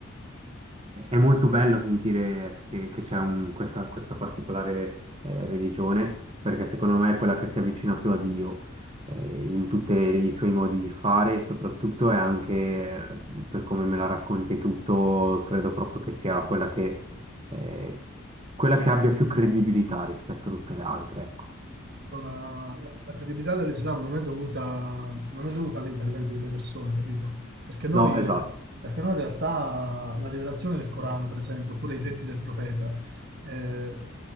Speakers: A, on the right (about 30°); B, on the right (about 55°).
A: è molto bello sentire che, che c'è un- questa, questa particolare eh, religione, perché secondo me è quella che si avvicina più a Dio eh, in tutti i suoi modi di fare, e soprattutto è anche, eh, per come me la racconti e tutto, credo proprio che sia quella che, eh, quella che abbia più credibilità rispetto a tutte le altre, ecco.
B: Allora, la, la credibilità dell'Islam non è dovuta, non è dovuta all'intervento delle persone, capito? Perché noi,
A: No, esatto.
B: perché noi in realtà la rivelazione del Corano, per esempio, oppure i detti del profeta, eh,